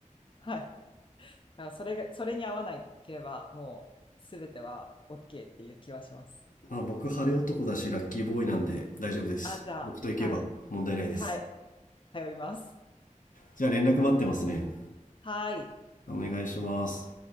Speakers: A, on the left; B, on the left.
A: はい。だからそれが、それに合わないければ、もう全ては OK っていう気はします。
B: まあ、僕、晴れ男だし、ラッキーボーイなんで大丈夫です。
A: あ、じゃあ、
B: 僕と行けば問題ないです。
A: はい。はい。頼ります。
B: じゃあ連絡待ってますね。
A: はい。
B: お願いします。